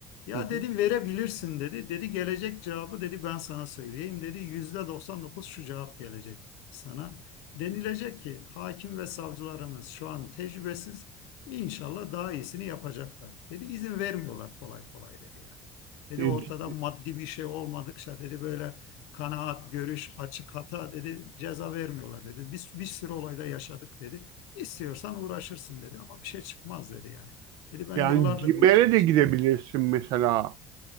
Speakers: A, on the left (about 85°); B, on the right (about 75°).
A: Ya
B: Hı hı.
A: dedi verebilirsin dedi. Dedi gelecek cevabı dedi ben sana söyleyeyim dedi. Yüzde 99 şu cevap gelecek sana. Denilecek ki hakim ve savcılarımız şu an tecrübesiz İnşallah daha iyisini yapacaklar. Dedi izin vermiyorlar kolay kolay dedi yani. Dedi
B: E,
A: ortada
B: c-
A: maddi bir şey olmadıkça dedi böyle kanaat, görüş, açık hata dedi ceza vermiyorlar dedi. Biz bir sürü olayda yaşadık dedi. İstiyorsan uğraşırsın dedi ama bir şey çıkmaz dedi yani. Dedi ben
B: Yani
A: yıllardır
B: CİMER'e
A: bu işin içindeyim.
B: de gidebilirsin mesela.